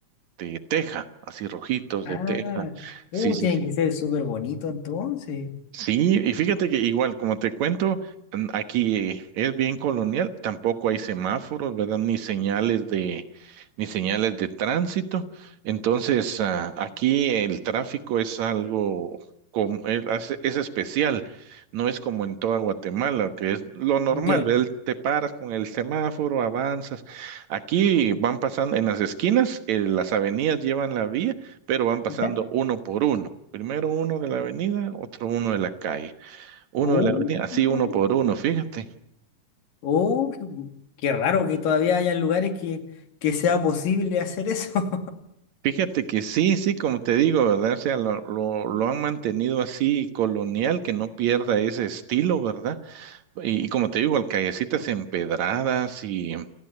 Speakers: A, on the right; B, on the left.
A: de teja, así rojitos
B: Ah,
A: de teja.
B: uh,
A: Sí, sí,
B: tiene que ser súper bonito entonces.
A: Sí, y fíjate que igual, como te cuento, mm, aquí es bien colonial, tampoco hay semáforos, ¿verdad? Ni señales de, ni señales de tránsito. Entonces, ah, aquí el tráfico es algo como, es, hace- es especial, no es como en toda Guatemala, que es lo normal,
B: Ya.
A: ¿verdad? Te paras con el semáforo, avanzas. Aquí van pasando en las esquinas, eh, las avenidas llevan la vía pero van pasando
B: Ya.
A: uno por uno. Primero uno de la avenida, otro uno de la calle, uno
B: Uh,
A: de la avenida, así
B: mira.
A: uno por uno, fíjate.
B: Uh, qué, qué raro que todavía hayan lugares que, que sea posible hacer eso.
A: Fíjate que sí, sí, como te digo, ¿verdad? O sea, lo, lo, lo han mantenido así colonial, que no pierda ese estilo, ¿verdad? Y, y como te digo, al callecitas empedradas y,